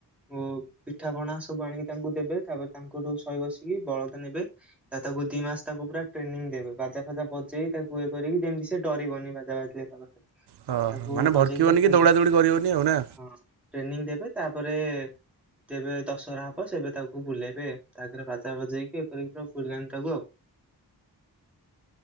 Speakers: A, in the centre; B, on the right.
A: ଓ ପିଠା ପଣା ସବୁ ଆଣିକି ତାଙ୍କୁ ଦେବେ ତାପରେ ତାଙ୍କଠୁ ଶଇ ବସିକି ବଳଦ ନେବେ। ତା ତାକୁ ଦି ମାସ ତାକୁ ପୁରା ଟ୍ରେନିଂ ଦେବେ ବାଜା ଫାଜା ବଜେଇ ତାକୁ ଇଏ କରିକି ଯେମିତି ସେ ଡରିବନି ବାଜା ବାଜିଲେ <unintelligible> ତାକୁ
B: ହଁ ମାନେ
A: ବଜେଇ
B: ଭଡ଼କିବନି
A: ଟ୍ରେନିଂ
B: କି ଦୌଡ଼ା ଦୌଡ଼ି କରିବନି ଆଉ ନା?
A: ହଁ। ଟ୍ରେନିଂ ଦେବେ ତାପରେ ତେବେ ଦଶହରା ହବ ସେବେ ତାକୁ ବୁଲେଇବେ ତାଗରେ ବାଜା ବଜେଇକି କରିକି ପୁରା ବୁଲାନ୍ତି ତାକୁ ଆଉ।